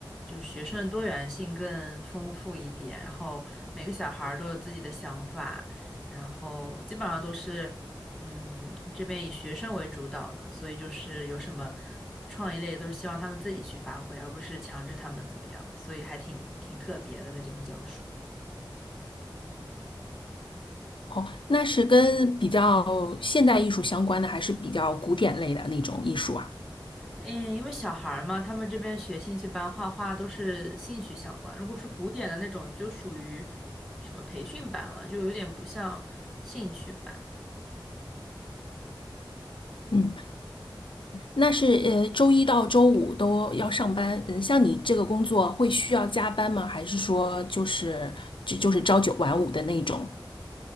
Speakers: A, in the centre; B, on the left (about 80°).
A: 就是学生的多元性更丰富一点，然后每个小孩儿都有自己的想法，然后基本上都是。嗯，这边以学生为主导的，所以就是有什么创意类都是希望他们自己去发挥，而不是强制他们怎么样，所以还挺挺特别的，在这边教书。
B: 哦，那是跟比较现代艺术相关的，还是比较古典类的那种艺术啊？
A: 嗯，因为小孩儿嘛，他们这边学兴趣班画画都是兴趣相关，如果是古典的那种，就属于什么培训班了，就有点不像兴趣班。
B: 嗯，那是呃，周一到周五都要上班。嗯，像你这个工作会需要加班吗？还是说就是就就是朝九晚五的那种？